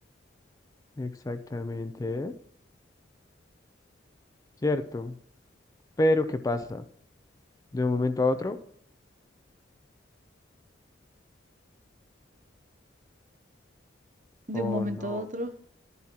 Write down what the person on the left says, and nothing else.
Exactamente, cierto. Pero ¿qué pasa? De un momento a otro,
o
no,